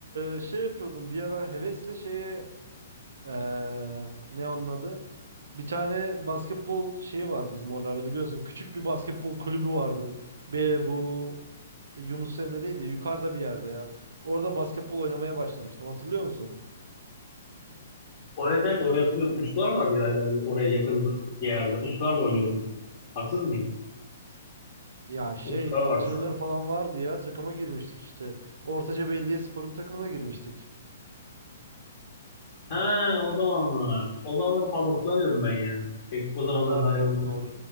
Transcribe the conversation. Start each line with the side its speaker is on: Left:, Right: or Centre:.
Right: e, şey yapıyordum bir ara hevesle şeye e, ne onun adı? Bir tane basketbol şeyi var bizim oralarda biliyorsun. Küçük bir basketbol kulübü vardı. Bir bu Yunus Emre değil de yukarıda bir yerde ya. Orada basketbol oynamaya başlamıştım. Hatırlıyor musun?
Left: O evet evet oraya hatırlıyorum. Utkular vardı galiba bir oraya yakın bir yerde. Utkularla oynuyordum. Haksız mıyım?
Right: Ya şey
Left: Utkular
Right: antrenör
Left: vardı sanki.
Right: falan vardı ya takıma girmiştik işte. Ortaca Belediyespor'un takımına girmiştik.
Left: Ha o zamanlar. O zamanları fazla hatırlamıyorum ben ya. Pek o zamanlar
Right: Ha, tabii
Left: dair
Right: e,
Left: onları
Right: doğru.